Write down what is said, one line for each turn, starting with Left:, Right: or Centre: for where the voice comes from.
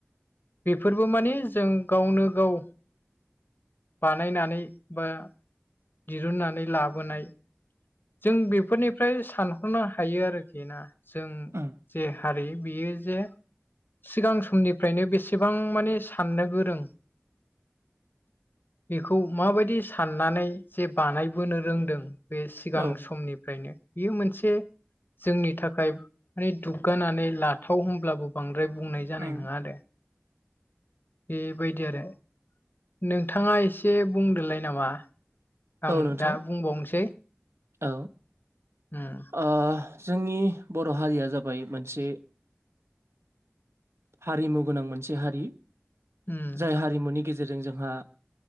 Left: बेफोरबो माने जों गावनो गाव बानायनानै बा दिरुननानै लाबोनाय जों बेफोरनिफ्राय सानहरनो हायो आरोखि ना जों
Right: उम
Left: जे हारि बियो जे सिगां समनिफ्रायनो बेसेबां माने साननो गोरों बेखौ माबायदि साननानै जे बानायबोनो रोंदों बे सिगां
Right: औ
Left: समनिफ्रायनो बेयो मोनसे जोंनि थाखाय माने दुग्गानानै लाथाव होनोमब्लाबो बांद्रा द्राय बुंनाय जानाय
Right: उम
Left: नङा आरो बेबायदि आरो नोंथाङा एसे बुंदोलाय नामा आं
Right: औ नोंथां
Left: दा बुंबावनोसै
Right: औ
Left: उम
Right: ओ जोंनि बर' हारिया जाबाय मोनसे हारिमु गोनां मोनसे हारि
Left: उम
Right: जाय हारिमुनि गेजेरजों जोंहा